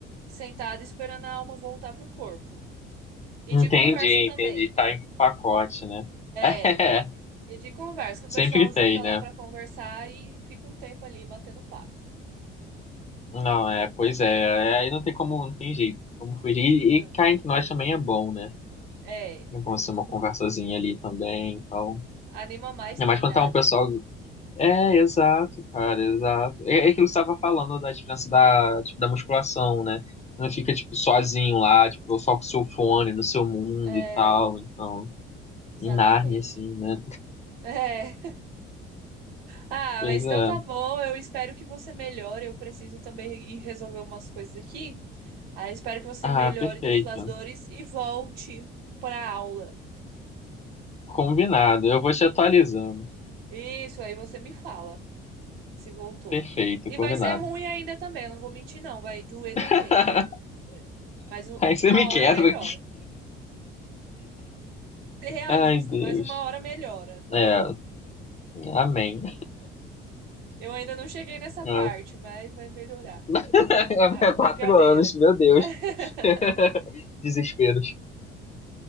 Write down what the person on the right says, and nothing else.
sentada esperando a alma voltar pro corpo. E
de conversa também.
É, e de conversa, que
o pessoal
junta
lá para conversar e fica um tempo ali batendo papo.
Não.
É,
é muito
bom.
Anima mais
treinar,
né?
Sim.
É,
exatamente.
É. <laughs> Ah,
mas então
tá bom. Eu espero que você melhore. Eu preciso também ir resolver umas coisas aqui. Ah, espero que você
melhore
das suas dores e volte pra aula.
Isso, aí você me fala se voltou.
E
vai ser ruim ainda também, eu não vou mentir, não. Vai doer
também. Vai... continuar doendo. Mas um-
uma
hora melhora. Tem que ser realista,
mas uma hora melhora, tá
bom?
Eu ainda não cheguei nessa
parte, mas vai melhorar.
Ah, brincadeira.
<laughs>